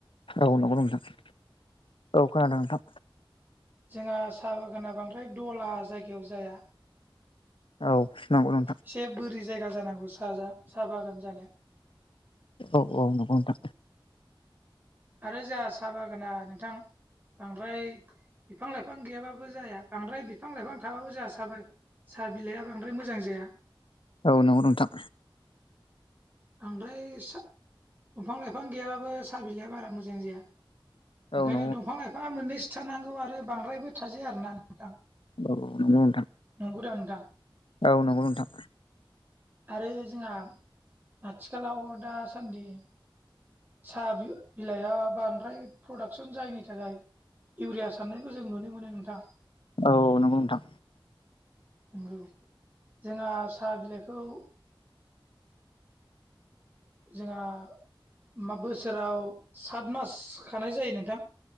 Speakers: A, on the left; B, on the right.
A: औ नंगौ नोंथां औ खोनादों नोंथां
B: जोंहा साहा बागाना बांद्राय दला जायगायाव जाया
A: औ नांगौ नोंथां
B: एसे बोरि जायगा जानांगौ साहा साहा बागान जानो
A: औ औ नंगौ नोंथां
B: आरो जोंहा साहा बागाना नोंथां बांद्राय बिफां लाइफां गैयाबाबो जाया बांद्राय बिफां लाइफां थाबाबो जों साह साहा बिलाइआ बांद्राय मोजां जाया
A: औ नंगौ नोंथां
B: बांद्राय दंफां लाइफां गैयाबाबो साहा बिलाइआ बारा मोजां जाया
A: औ
B: ओंखायनो
A: नंगौ नोंथां
B: दंफां लाइफाङा मोननैसो थानांगौ आरो बांद्रायबो थाजाया आरोना नोंथां
A: औ नंगौ नोंथां
B: नंगौ दा नोंथां
A: औ नंगौ नोंथां
B: आरो जोंहा आथिखलााव दासान्दि साहा बिलाइआ बा बांद्राय प्रदाक्सन जायैनि थाखाय इउरिया सारनायखौ जों नुनो मोनो नोंथां
A: औ नंगौ नोंथां
B: नंगौ जोंहा साहा बिलाइखौ जोंहा मा बोसोराव सात मास खानाय जायो नोंथां